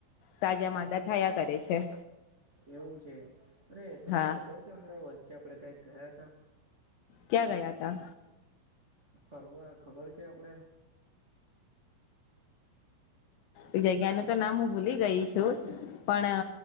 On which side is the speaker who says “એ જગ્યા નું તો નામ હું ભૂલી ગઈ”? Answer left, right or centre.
Left